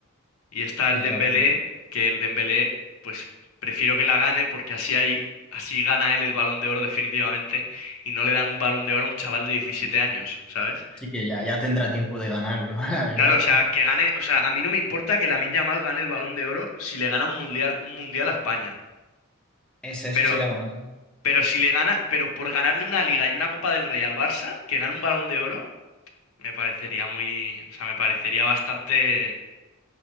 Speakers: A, on the left; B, in the centre.
A: y está
B: exacto.
A: el Dembélé, que el Dembélé, pues prefiero que la gane porque así hay, así gana él el Balón de Oro definitivamente y no le dan un Balón de Oro a un chaval de 17 años, ¿sabes?
B: Así que ya, ya tendrá tiempo de ganarlo, <laughs> la verdad.
A: Claro, o sea, que gane, o sea, a mí no me importa que Lamine Yamal gane el Balón de Oro si le gana un mundial, un mundial a España.
B: Ese, eso
A: Pero,
B: sería lo más.
A: pero si le gana, pero por ganarle una Liga y una Copa del Rey al Barça, que gane un Balón de Oro, me parecería muy, o sea, me parecería bastante